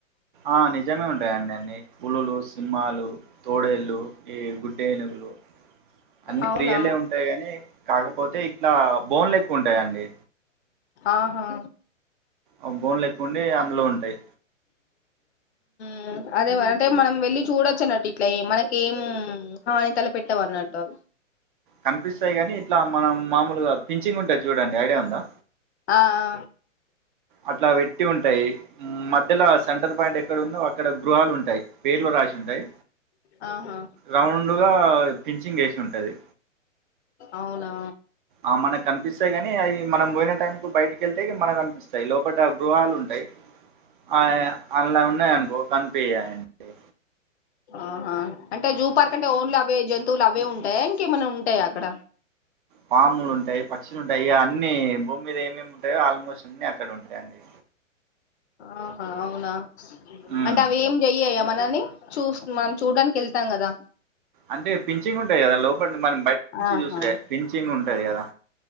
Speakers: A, on the right (about 40°); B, on the left (about 55°).
A: ఆ నిజమే ఉంటాయి అండి అన్ని పులులు సింహాలు తోడేళ్ళు ఈ గుడ్డేనుగులు అన్ని
B: అవునా
A: రియలే ఉంటాయి గాని కాకపోతే ఇట్లా బోన్లెక్క ఉంటాయండి
B: ఆహా
A: ఆ బోన్ లెక్క ఉండి అందులో ఉంటాయి
B: ఆ అదే అంటే మనం వెళ్ళలి చూడొచ్చు అన్నట్టు ఇట్లా మనకు ఏం హాని తల పెెట్టవన్నట్టు అవి
A: కనిపిస్తాయి గాని ఇట్లా మనం మామూలుగా పిించింగ్ ఉంటది చూడండి ఐడియా ఉందా
B: ఆ ఆ
A: అట్లా పెట్టి ఉంటాయి మధ్యలో సెంట్రల్ పాయింట్ ఎక్కడ ఉందో అక్కడ గృహాలు ఉంటాయి పేర్లు రాసి ఉంటాయి
B: ఆ, ఆహా
A: రౌండ్గా ఫించిింగ్ వేసి ఉంటాది
B: అవునా
A: ఆ మనకు కనిపిస్తాయి గాని అయి మనం పోయిన టైం కు బయటికెళ్తే మనకు కనిపిస్తాయి లోపల గృహాలు ఉంటాయి ఆ అళ్ల ఉన్నాయనుకో కనిపియయండి
B: ఆహా అంటే జూ పార్క్ అంటే ఓన్లీ అవే జంతువులు అవే ఉంటాయా ఇంకేమై ఉంటాయా అక్కడ
A: పాములు ఉంటయి, పక్షులు ఉంటయి అన్ని భూమి మీద ఏమేమి ఉంటయో ఆల్మోస్ట్ అన్ని అక్కడ ఉంటయి అండి.
B: ఆహా అవునా
A: ఉమ్
B: అంటే అవి ఏం చెయ్యయా. మనల్ని చూస్ మనం చూడ్డానికి ఎళ్తం కదా.
A: అంటే పిఛింగ్ ఉంటది కదా లోపట మనం బయట నుంచి
B: ఆహా
A: చూసుడే పిఛింగ్ ఉంటది కదా.